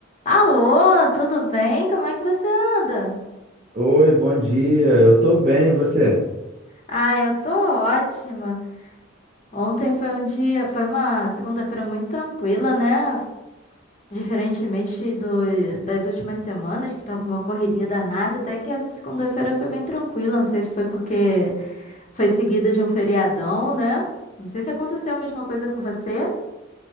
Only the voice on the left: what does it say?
Alô, tudo bem? Como é que você anda?
Ah, eu tô ótima. Ontem foi um dia, foi uma segunda-feira muito tranquila, né? Diferentemente do, das últimas semanas, que tava uma correria danada, até que essa segunda-feira foi bem tranquila. Não sei se foi porque foi seguida de um feriadão, né? Não sei se aconteceu a mesma coisa com você.